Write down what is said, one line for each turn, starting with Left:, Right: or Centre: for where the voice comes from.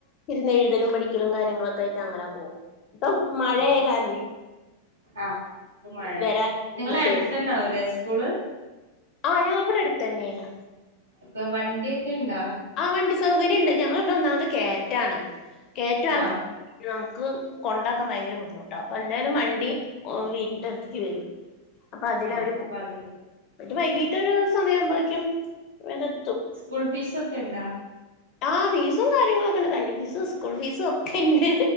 Left: ഇരുന്ന് എഴുതലും പടിക്കലും കാര്യങ്ങളൊക്കെ ആയിട്ട് അങ്ങനെ പോകും ഇപ്പൊ മഴയായ
Right: ആഹ്
Left: കാരണെ
Right: ആഹ് ഇപ മഴയ
Left: വരാൻ
Right: നിങ്ങള
Left: ബുദ്ധിമുട്ട്
Right: അടുത്തതന്നെ ആവൂലേ സ്കൂള്
Left: ആഹ് ഞാൻ ഇവിടെ അടുത്ത് തന്നെയാണ്
Right: അപ്പോ വണ്ടിയൊക്കെ ഇണ്ടാ
Left: ആ വണ്ടി സൗകര്യണ്ട് ഞങ്ങള ഇവിടെ ഒന്നാമത് കേറ്റാണ് കേറ്റൊം എർക്കം
Right: ആഹ്
Left: നമുക്ക് കൊണ്ടാക്കാൻ ഭയങ്കര ബുദ്ധിമുട്ടാണ് അപ്പൊ എന്തായാലും വണ്ടി ഓ വീടിന്റെ അടുത്തേക്ക് വരും അപ്പൊ അതിലവര്
Right: ആഹ്
Left: പോക്ക്
Right: അപ്പൊ അത്
Left: <unintelligible> വൈകീട്ടൊരു സമയം ആുമ്പൊക്കും ഇവിടെ എത്തും
Right: സ്കൂൾ ഫീസ് ഒക്കെ ഇണ്ടാ
Left: ആഹ് ഫീസും കാര്യങ്ങളൊക്കെ ഇണ്ട് വണ്ടി ഫീസും സ്കൂൾ ഫീസും ഒക്കെ ഇണ്ട്